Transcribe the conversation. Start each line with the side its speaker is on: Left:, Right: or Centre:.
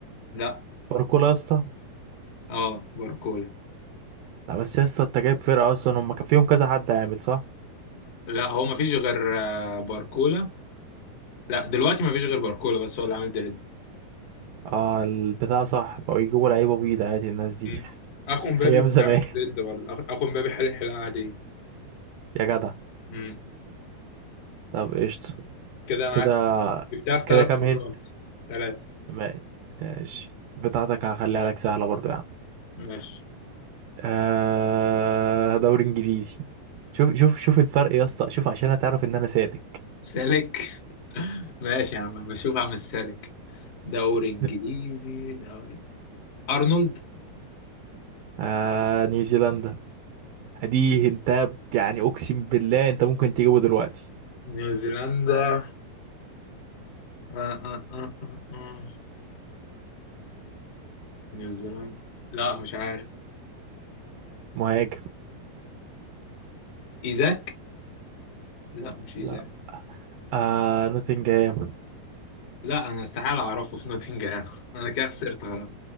Left: لا
Right: باركولا يا اسطى
Left: اه باركولا
Right: لا بس يا اسطى انت جايب فرقه اصلا هم كان فيهم كذا حد عامل صح
Left: لا هو ما فيش غير آه، باركولا لا دلوقتي ما فيش غير باركولا بس هو اللي عامل دريد
Right: اه البتاع صح بقوا يجيبوا لعيبه بيض عادي الناس دي
Left: مم. اخو
Right: <laughs>
Left: مبابي
Right: ايام
Left: مش
Right: زمان
Left: عامل دريد برضه أخ- اخو مبابي حرق حلقه عاديه
Right: يا جدع
Left: امم
Right: طب قشطه
Left: كده انا
Right: كده
Left: جبتها في
Right: كده
Left: ثلاث
Right: كام
Left: مرات
Right: هنت
Left: ثلاثه
Right: ما- ماشي بتاعتك هخليها لك سهله برضو يا عم
Left: ماشي
Right: آه دوري انجليزي شوف شوف شوف الفرق يا اسطى شوف عشان هتعرف ان انا سالك
Left: سالك <laughs> ماشي يا عم بشوف عم السالك دوري انجليزي
Right: <laughs>
Left: دوري ارنولد
Right: آه نيوزيلندا دي انت يعني اقسم بالله انت ممكن تجيبه دلوقتي
Left: نيوزيلندا آه آه آه آه آه. نيوزيلاند لا مش عارف
Right: مهاجم
Left: ايزاك لا مش ايزاك
Right: لا آه نوتنجهام
Left: لا انا استحاله اعرفه في نوتنجهام <laughs> انا كده خسرت خلاص